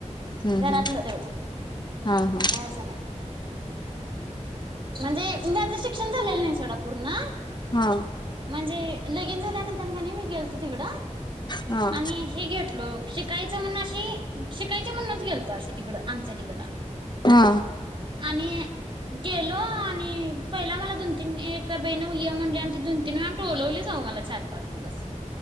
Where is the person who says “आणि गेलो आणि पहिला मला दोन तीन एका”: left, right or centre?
Right